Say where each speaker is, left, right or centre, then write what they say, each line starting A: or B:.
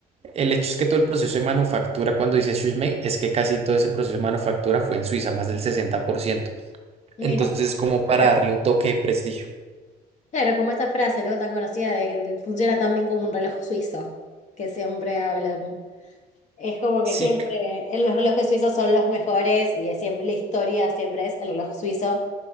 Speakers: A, on the right (about 35°); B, on the left (about 45°).
A: el hecho es que todo el proceso de manufactura, cuando dice Suisse, es que casi todo ese proceso de manufactura fue en Suiza, más del 60%.
B: Mirá,
A: Entonces, es como para
B: claro,
A: darle un toque de prestigio.
B: Claro, como esa frase, ¿no? Tan conocida de que funciona tan bien como un reloj suizo, que siempre hablan. Es como
A: Sí.
B: que siempre eh, los relojes suizos son los mejores y es siempre, la historia siempre es el reloj suizo.